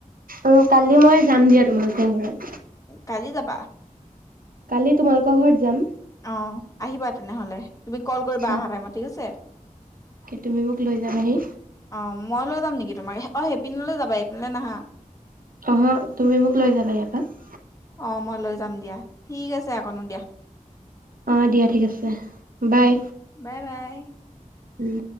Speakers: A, on the right (about 85°); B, on the left (about 25°).
A: অ কালি মই যাম দিয়া তোমালোকৰ ঘৰত
B: কালি যাবা
A: কালি তোমালোকৰ ঘৰত যাম
B: আহ আহিবা তেনেহলে তুমি কল কৰিবা
A: অ
B: অহা টাইমত ঠিক আছে
A: তুমি মোক লৈ যাবাহি
B: অ মই লৈ যাম নেকি তোমাৰ অ সেইপিনলৈ যাবা এইপিননেলৈ নাহা
A: অ তুমি মোক লৈ যাবা ইয়াৰ পৰাা
B: অ' মই লৈ যাম দিয়া ঠিক আছে আকনো দিয়া
A: অ দিয়া ঠিক আছে বাই।
B: বাই বাই
A: উম